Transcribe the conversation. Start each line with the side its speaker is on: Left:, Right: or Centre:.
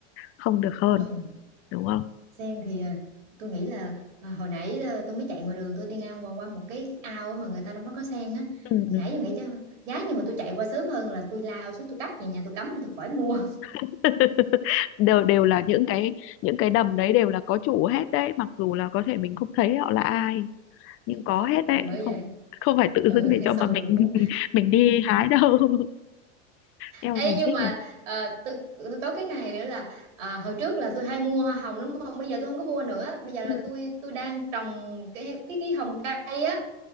Left: không được hơn
Right: Ừ.
Left: đúng không
Right: sen thì ờ, tôi nghĩ là ờ, hồi nãy ờ, tôi mới chạy ngoài đường tôi đi ngang qua qua một cái ao mà người ta trong đó có sen á
Left: ừ
Right: nãy
Left: ừ
Right: tôi nghĩ chứ giá như mà tôi chạy qua sớm hơn là tôi lao xuống tôi cắt về nhà tôi cắm thì tôi khỏi mua
Left: <laughs> đều đều là những cái những cái đầm đấy đều là có chủ hết đấy mặc dù là có thể mình không thấy họ là ai nhưng có
Right: <laughs>
Left: hết
Right: ừ
Left: đấy
Right: bởi
Left: không
Right: vậy
Left: không phải tự
Right: ừ
Left: dưng để cho
Right: <laughs>
Left: mà
Right: xong
Left: mình
Right: rồi cũng
Left: <laughs> mình đi hái đâu <laughs> eo
Right: Ê
Left: nhìn
Right: nhưng
Left: thích
Right: mà
Left: nhỉ
Right: ờ, tôi, tôi có cái này nữa là ờ, hồi trước là tôi hay mua hoa hồng đúng không bây giờ tôi không có mua nữa bây giờ là
Left: ừ.
Right: tôi tôi đang trồng cái cái cái hồng cây á